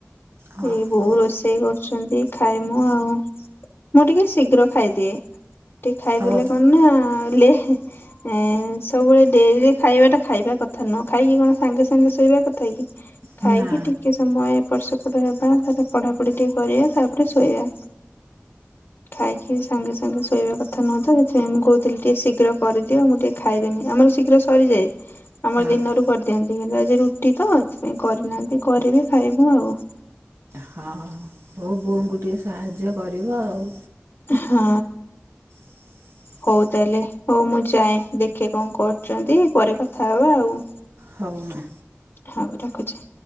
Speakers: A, on the right (about 85°); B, on the left (about 70°).
A: ହଁ
B: ଏଇ ବୋଉ
A: ହଉ
B: ରୋଷେ ସେଇ କରୁଛନ୍ତି ଖାଇମୁ ଆଉ ମୁଁ ଟିକେ ଶୀଘ୍ର ଖାଇଦିଏ। ଟିକେ ଖାଇଦେଲେ
A: ହଉ
B: କଣ ନା ଲୁଏ। ଏଁ ସବୁବେଳେ ଡେରିରେ ଖାଇବା ଟା ଖାଇବା କଥା ନୁହଁ ଖାଇକି କଣ ସାଙ୍ଗେ ସାଙ୍ଗେ ଶୋଇବା କଥା କି?
A: ନା
B: ଖାଇକି ଟିକେ ସମୟ ଏପଟ ସେପଟ ହେବା ତା ପରେ ପଢାପଢି ଟିକେ କରିବା ତାପରେ ଶୋଇବା। ଖାଇକି ସାଙ୍ଗେ ସାଙ୍ଗେ ଶୋଇବା କଥା ନୁହଁ ତ ହେଥିପାଇଁ ମୁଁ କହୁଥିଲି ଟିକେ ଶୀଘ୍ର କରିଦିଅ ମୁଁ ଟିକେ ଖାଇଦେମି ଆମର ଶୀଘ୍ର ସରିଯାଏ। ଆମର
A: ଅ-
B: ଦିନରୁ କରିଦିଅନ୍ତି କିନ୍ତୁ ଆଜି ରୁଟି ତ ହେଥିପାଇଁ କରିନାହାନ୍ତି କରିବେ ଖାଇବୁ ଆଉ।
A: ହଁ ହଁ ବୋଉ ବୋଉଙ୍କୁ ଟିକେ ସାହାଯ୍ୟ କରିବ ଆଉ।
B: ହଁ।
A: <inaudible>
B: ହଉ ତାହେଲେ ହଉ ମୁଁ ଯାଏଁ ଦେଖେ କଣ କରୁଛନ୍ତି ପରେ କଥା ହେବା ଆଉ।
A: ହଉ ମା।
B: ହଉ ରଖୁଛି।